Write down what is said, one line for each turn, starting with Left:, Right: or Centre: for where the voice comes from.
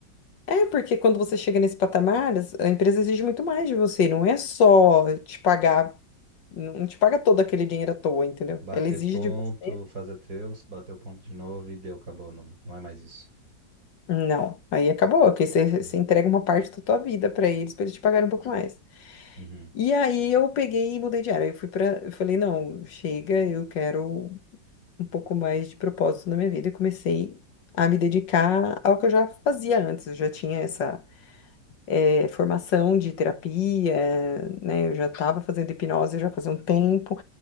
Left: É porque quando você chega nesse patamar, as- a empresa exige muito mais de você. Não é só te pagar, não te paga todo aquele dinheiro à toa, entendeu?
Right: Bater
Left: Ela exige
Right: ponto,
Left: de você.
Right: fazer teus, bater o ponto de novo e deu, acabou, não, não é mais isso.
Left: Não, aí acabou, que você,
Right: Uhum.
Left: você entrega uma parte da tua vida pra eles, pra eles te pagarem um pouco mais.
Right: Uhum.
Left: E aí eu peguei e mudei de área. Eu fui para, eu falei, não, chega, eu quero um pouco mais de propósito na minha vida. E comecei a me dedicar ao que eu já fazia antes. Eu já tinha essa eh, formação de terapia, né? Eu já estava fazendo hipnose já fazia um tempo.